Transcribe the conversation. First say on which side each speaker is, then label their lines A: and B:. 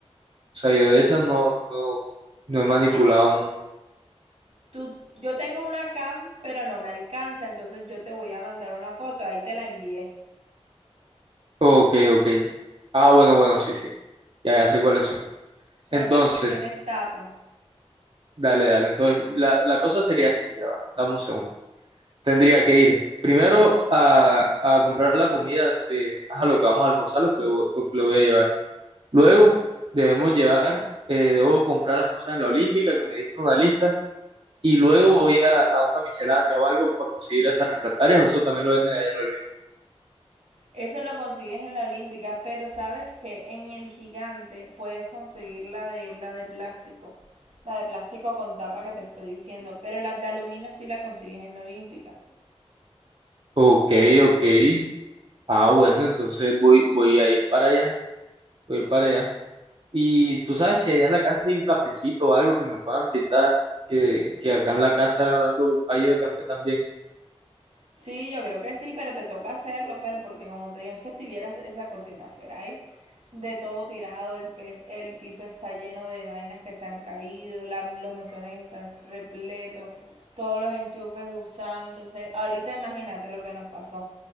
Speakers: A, on the right; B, on the right.
A: O sea, yo de esas no, no, no he manipulado nunca.
B: Tú, yo tengo una cam, pero no me alcanza, entonces yo te voy a mandar una foto, ahí te la envié.
A: Ok, ok. Ah, bueno, bueno, sí, sí. Ya, ya sé cuáles son.
B: Son
A: Entonces,
B: las que tienen tapa.
A: dale, dale. Entonces, la, la cosa sería así, ya va. Dame un segundo. Tendría que ir primero a, a comprar la comida de ajá, lo que vamos a almorzar, lo que, lo, lo que le voy a llevar. Luego, debemos llevar, eh, debo comprar las cosas en la Olímpica, que me diste una lista. Y luego voy a, a una miscelánea o algo para conseguir esas refractarias, o eso también lo venden allá en la Olímpica.
B: Eso lo consigues en la olímpica, pero sabes que en el gigante puedes conseguir la de la de plástico, la de plástico con tapa que te estoy diciendo, pero la de aluminio sí la consigues en la olímpica.
A: Ok, ok. Ah, bueno, entonces voy, voy a ir para allá, voy a ir para allá. Y tú sabes si allá en la casa hay un cafecito o algo que me puedan brindar, que, que acá en la casa dando fallo de café también.
B: Sí, yo creo que sí, pero te toca hacerlo, Fer, porque como te digo, es que si vieras esa cocina, Fer, ahí de todo tirado, el, pez, el piso está lleno de vainas que se han caído, la- los mesones están repletos, todos los enchufes usándose. Ahorita imagínate lo que nos pasó.